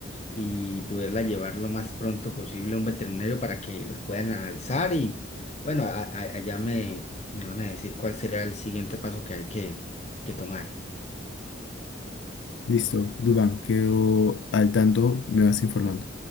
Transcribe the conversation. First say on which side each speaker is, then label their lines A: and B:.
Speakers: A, on the left (about 35°); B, on the left (about 70°).
A: y poderla llevar lo más pronto posible a un veterinario para que la puedan analizar y, bueno, a- a- allá me, me van a decir cuál será el siguiente paso que hay que, que tomar.
B: Listo, Dubán, quedo al tanto, me vas informando.